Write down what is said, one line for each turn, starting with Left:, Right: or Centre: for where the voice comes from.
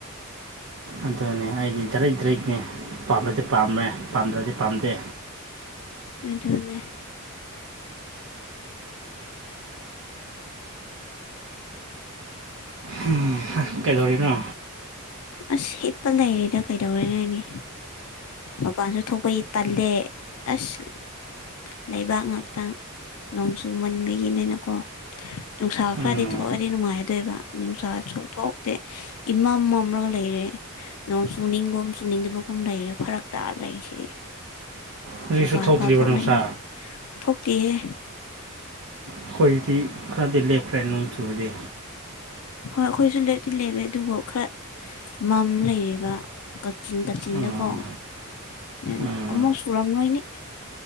Right: ꯑꯗꯨꯅꯦ ꯑꯩꯗꯤ ꯗꯥꯔꯦꯛ ꯗꯥꯔꯦꯛꯅꯦ ꯄꯥꯝꯃꯗꯤ ꯄꯥꯝꯔꯦ ꯄꯥꯝꯗ꯭ꯔꯗꯤ ꯄꯥꯝꯗꯦ꯫
Left: ꯑꯗꯨꯅꯦ꯫
Right: ꯍꯨꯝ ꯍꯥ ꯀꯩꯗꯧꯔꯤꯅꯣ?
Left: ꯑꯁ ꯍꯤꯞꯄ ꯂꯩꯔꯤꯗ ꯀꯩꯗꯧꯔꯨꯔꯅꯤ꯫ ꯃꯄꯥꯟꯁꯨ ꯊꯣꯛꯄꯩ ꯇꯜꯂꯦ꯫ ꯑꯁ ꯂꯩꯕꯥꯛ ꯉꯥꯛꯇꯪ ꯅꯣꯡ ꯆꯨꯃꯟꯕꯒꯤꯅꯤꯅꯀꯣ ꯅꯨꯡꯁꯥ ꯈꯔꯗꯤ
Right: ꯎꯝ
Left: ꯊꯣꯛꯑꯗꯤ ꯅꯨꯡꯉꯥꯏꯗꯣꯏꯕ ꯅꯨꯡꯁꯥ ꯁꯨ ꯊꯣꯛꯇꯦ ꯏꯃꯝ ꯃꯝꯔꯒ ꯂꯩꯔꯦ꯫ ꯅꯣꯡ ꯆꯨꯅꯤꯡꯒꯨꯝ ꯆꯨꯅꯤꯡꯗꯕꯒꯨꯝ ꯂꯩꯔꯦ ꯐꯔꯛ ꯇꯥ ꯂꯩꯁꯤ꯫
Right: ꯍꯧꯖꯤꯛꯁꯨ
Left: ꯃꯄꯥꯟ
Right: ꯊꯣꯛꯇ꯭ꯔꯤꯕ
Left: ꯐꯥꯎ ꯊꯣꯛꯅꯤꯡꯗꯦ
Right: ꯅꯨꯡꯁꯥ
Left: ꯊꯣꯛꯇꯦꯍꯦ꯫
Right: ꯑꯈꯣꯏꯗꯤ ꯈꯔꯗꯤ ꯂꯦꯞꯈ꯭ꯔꯦ ꯅꯣꯡ ꯆꯨꯕꯗꯤ꯫
Left: ꯍꯣꯏ ꯑꯈꯣꯏꯁꯨ ꯂꯦꯞꯇꯤ ꯂꯦꯞꯔꯦ ꯑꯗꯨꯕꯨ ꯈꯔ ꯃꯝ ꯂꯩꯔꯤꯕ ꯀꯛꯆꯤꯡ ꯀꯛꯆꯤꯡꯗꯀꯣ
Right: ꯎꯝ
Left: ꯒꯅꯣ
Right: ꯎꯝ
Left: ꯑꯃꯨꯛ ꯁꯨꯔꯝꯔꯣꯏꯅꯦ